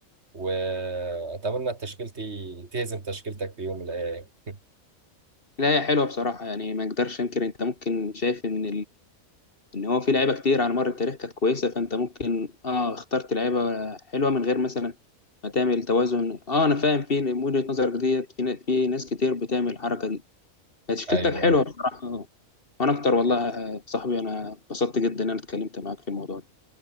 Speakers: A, on the right (about 50°); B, on the left (about 40°).
A: وأتمنى تشكيلتي تهزم تشكيلتك في يوم من الأيام <laughs>
B: لا هي حلوه بصراحه يعني ما اقدرش انكر انت ممكن شايف ان ان هو في لعيبه كتير على مر التاريخ كانت كويسه فانت ممكن اه اخترت لعيبه حلوه من غير مثلا ما تعمل توازن اه انا فاهم في وجهه نظرك ديت في ن- في ناس كتير بتعمل الحركه دي هي تشكيلتك
A: أيوه
B: حلوه بصراحه آه. وانا اكتر والله يا صاحبي انا اتبسطت جدا ان انا اتكلمت معاك في الموضوع ده